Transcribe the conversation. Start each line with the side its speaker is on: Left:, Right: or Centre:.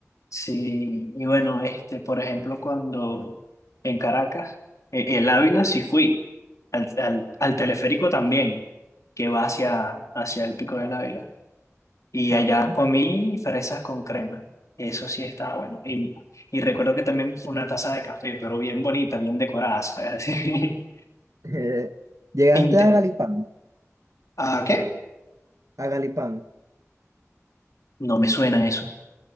Left: Sí, y bueno, este, por ejemplo, cuando en Caracas, e- el Ávila sí fui, al, al, al teleférico también, que va hacia, hacia el Pico del Ávila. Y
Right: Ajá.
Left: allá
Right: <laughs>
Left: comí fresas con crema. Eso sí estaba bueno. Y, y recuerdo que también una taza de café, pero bien bonita, bien decorada, ¿sabes? <laughs> Así.
Right: Eh, ¿llegaste
Left: Inte-
Right: a Galipán?
Left: ¿Ah, qué?
Right: A Galipán.
Left: No me suena eso.